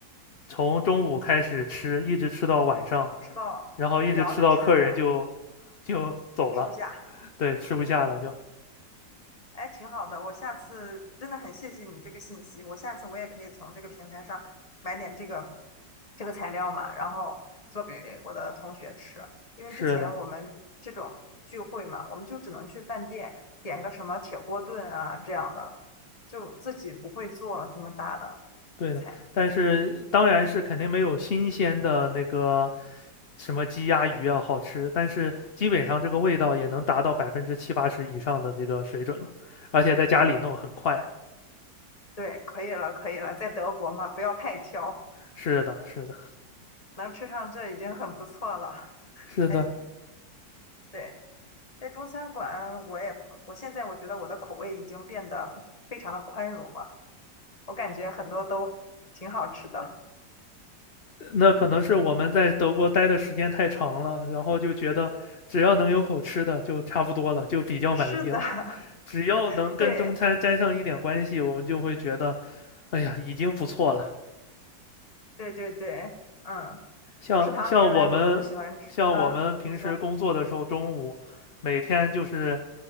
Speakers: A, on the left; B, on the left.
A: 从中午开始吃，一直吃到晚上，
B: 吃到聊着吃着
A: 然后一直吃到客人就就走了，
B: 吃不下。
A: 对，吃不下了就。
B: 哎，挺好的，我下次真的很谢谢你这个信息，我下次我也可以从这个平台上买点这个这个材料嘛，然后做给我的同学吃。因为之前我们这种聚会嘛，
A: 是的，
B: 我们就只能去饭店点个什么铁锅炖啊这样的，就自己不会做这么大的
A: 对的，
B: 菜。
A: 但是当然是肯定没有新鲜的那个什么鸡鸭鱼啊好吃，但是基本上这个味道也能达到百分之七八十以上的这个水准了，而且在家里弄很快。
B: 对，可以了，可以了，在德国嘛，不要太挑，
A: 是的，是的，
B: 能吃上这已经很不错了，
A: 是的，
B: 还挺对。在中餐馆，我也我现在我觉得我的口味已经变得非常的宽容了，我感觉很多都挺好吃的。
A: 那可能是我们在德国待的时间太长了，然后就觉得只要能有口吃的就差不多了，就比较满意了。
B: <laughs> 是的，<laughs>
A: 只要能跟中餐沾上一点关系，
B: 对
A: 我们就会觉得，哎呀，已经不错了。
B: 对对对，嗯，
A: 像像我们像我们平时工作的时候，
B: 食堂原来我都不喜欢吃啊，你说
A: 中午每天就是